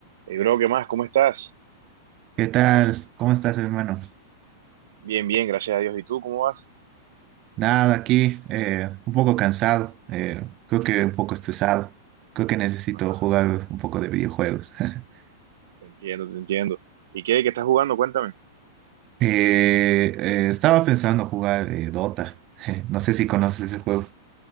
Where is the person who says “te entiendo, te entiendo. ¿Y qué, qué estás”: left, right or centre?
Right